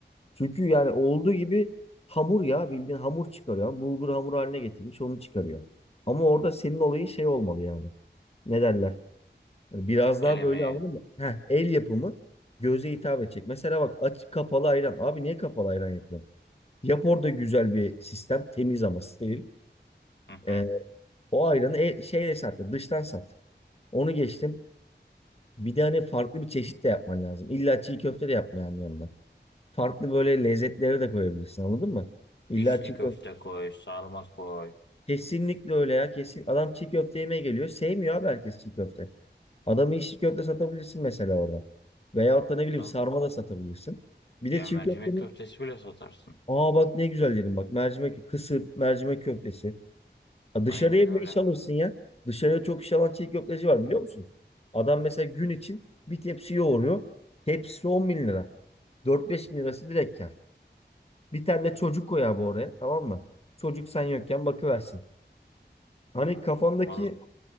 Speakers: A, on the left; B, on the left.
A: Çünkü yani olduğu gibi hamur ya bildiğin hamur çıkarıyor. Yani Bulgur hamuru haline getirmiş onu çıkarıyor. Ama orada senin olayın şey olmalı yani. Ne derler? Yani biraz
B: El
A: daha
B: emeği.
A: böyle anladın mı? Heh, el yapımı göze hitap edecek. Mesela bak aç kapalı ayran. Abi niye kapalı ayran yapıyor? Yap orada güzel bir sistem. Temiz ama steril.
B: Hı hı.
A: Ee, o ayranı e, şeyle sat. Dıştan sat. Onu geçtim. Bir de hani farklı bir çeşit de yapman lazım. İlla çiğ köfte de yapmayan yanına. Farklı böyle lezzetlere de koyabilirsin anladın mı? İlla
B: İçli
A: çiğ
B: köfte
A: köfte.
B: koy, sarma koy.
A: Kesinlikle öyle ya. Kesin. Adam çiğ köfte yemeye geliyor. Sevmiyor abi herkes çiğ köfte. Adamı içli köfte satabilirsin mesela orada. Veyahut da ne bileyim
B: Lan
A: sarma da satabilirsin. Bir de
B: Ya
A: çiğ
B: mercimek
A: köftenin
B: köftesi bile satarsın.
A: aa bak ne güzel dedim bak mercimek kısır mercimek köftesi. Ya Dışarıya
B: Aynen öyle.
A: bile iş alırsın ya. Dışarıya çok iş alan çiğ köfteci var biliyor musun? Adam mesela gün için bir tepsi yoğuruyor. Tepsisi 10 bin lira. 4-5 bin lirası direkt kar. Bir tane de çocuk koy abi oraya tamam mı? Çocuk sen yokken bakıversin. Hani kafamdaki
B: Vallahi